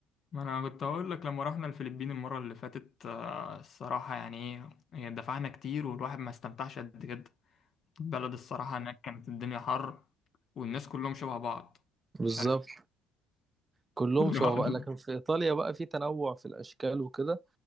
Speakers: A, on the left; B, on the right.
A: ما أنا كنت هقول لك لما رحنا الفلبين المرة اللي فاتت آه، الصراحة يعني إيه هي دفعنا كتير والواحد ما استمتعش قد كده البلد الصراحة هناك كانت الدنيا حر والناس كلهم شبه بعض مش
B: بالظبط
A: عارف
B: كلهم
A: <laughs>
B: شبه بقى لكن في ايطاليا بقى في تنوع في الاشكال وكده